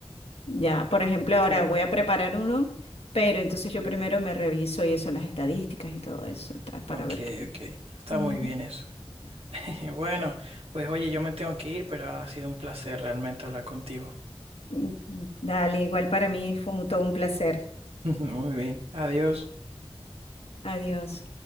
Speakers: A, on the left (about 80°); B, on the right (about 75°).
A: ya, por ejemplo, ahora
B: claro.
A: voy a preparar uno, pero entonces yo primero me reviso y eso, las estadísticas y todo eso, tal, para
B: Ok,
A: ver qué.
B: ok. Está
A: Ujú.
B: muy bien eso. <laughs> Bueno, pues oye, yo me tengo que ir, pero ha sido un placer realmente hablar contigo.
A: Mm, Dale, igual para mí fue un- todo un placer.
B: <laughs> Muy bien. Adiós.
A: Adiós.